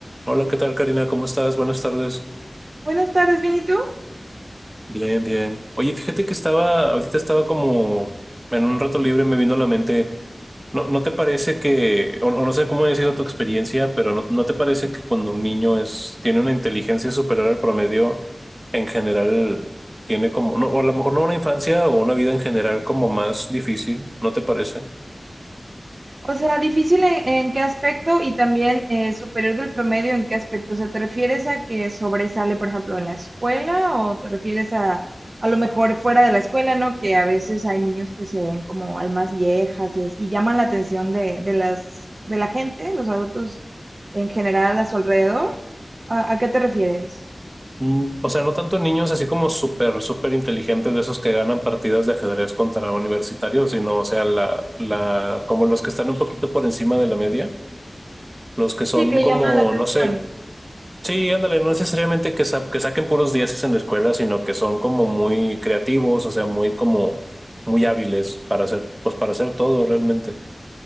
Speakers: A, on the right; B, on the right.
A: Hola, ¿qué tal, Karina? ¿Cómo estás? Buenas tardes.
B: Buenas tardes, ¿bien y tú?
A: Bien, bien. Oye, fíjate que estaba, ahorita estaba como en un rato libre, me vino a la mente. ¿No, no te parece que, o, o no sé cómo ha sido tu experiencia, pero no, no te parece que cuando un niño es, tiene una inteligencia superior al promedio, en general tiene como, no, o a lo mejor no una infancia o una vida en general como más difícil, ¿no te parece?
B: O sea, difícil en, en qué aspecto y también eh, superior del promedio en qué aspecto. O sea, ¿te refieres a que sobresale, por ejemplo, en la escuela o te refieres a a lo mejor fuera de la escuela, ¿no? Que a veces hay niños que se ven como almas viejas y, es- y llaman la atención de, de las, de la gente, los adultos en general a su alrededor. ¿A, a qué te refieres?
A: Mm, O sea, no tanto niños así como súper, súper inteligentes de esos que ganan partidas de ajedrez contra universitarios, sino, o sea, la, la, como los que están un poquito por encima de la media, los que son
B: Sí, que
A: como,
B: llaman la atención.
A: no sé, sí, ándale, no necesariamente que, sa- que saquen puros dieces en la escuela, sino que son como muy creativos, o sea, muy como, muy hábiles para hacer, pues para hacer todo realmente.